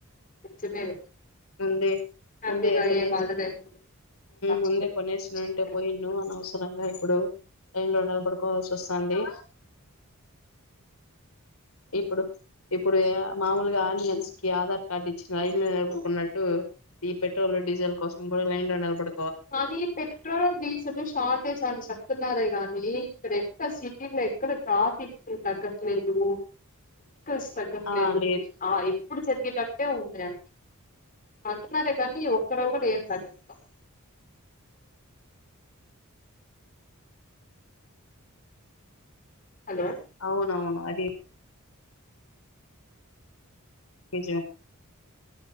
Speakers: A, on the left; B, on the left.
A: నిజమే కదా
B: ముందే
A: హ్యాపీగా
B: ముందే కొనేసి
A: ఏ బాధ లేకుండా సాక్ష్యం
B: ముందే
A: పెట్టుకుంటాం.
B: <unintelligible> అనవసరంగా ఇప్పుడు లైన్ లో నిలబడుకోవాల్సి వస్తుంది ఇప్పుడు ఇప్పుడు ఏ మామూలుగా విమెన్స్ కి ఆధార్ కార్డ్ ఇచ్చి లైన్ లో నిలబడుకున్నట్టు ఈ పెట్రోల్ డీజిల్ కోసం కూడా లైన్ లో నిలబడ
A: కానీ పెట్రోల్ డీజిల్ షార్టేజ్ అని చెప్తున్నారే కానీ ఇక్కడ ఎంత సిటీ లో ఎక్కడ ట్రాఫిక్ తగ్గట్లేదు స్ తగట్లేదు
B: ఆ లేదు
A: ఆ ఇది ఇప్పుడు జరిగేటట్టే ఉంది అని అంటున్నారే కానీ ఒక్కరోజు కూడా ఏం తగ్గట్లే హలో
B: అవునవును అది ఏజా